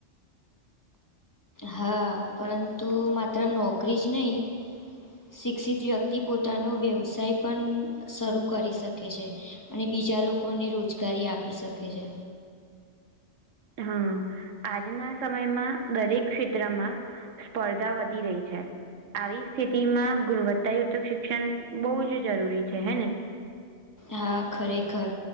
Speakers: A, on the left; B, on the right.
A: હા પરંતુ માત્ર નોકરી જ નહીં. શિક્ષિત વ્યક્તિ પોતાનો વ્યવસાય પણ શરૂ કરી શકે છે. અને બીજા લોકોને રોજગારી આપી શકે છે.
B: હા. આજના સમયમાં દરેક ક્ષેત્રમાં સ્પર્ધા વધી રહી છે. આવી સ્થિતિ માં ગુણવત્તાયુક્ત શિક્ષણ બહુ જ જરૂરી છે હે ને.
A: હા ખરેખર.